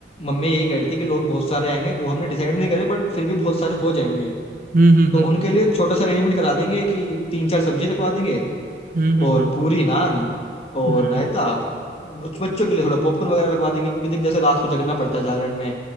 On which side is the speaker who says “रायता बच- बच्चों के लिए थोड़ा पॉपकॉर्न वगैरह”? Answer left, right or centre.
Left